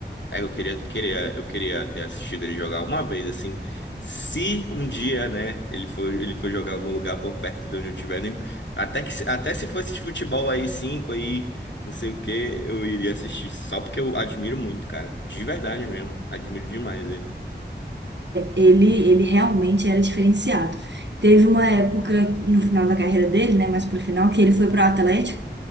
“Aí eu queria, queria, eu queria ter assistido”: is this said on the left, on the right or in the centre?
Left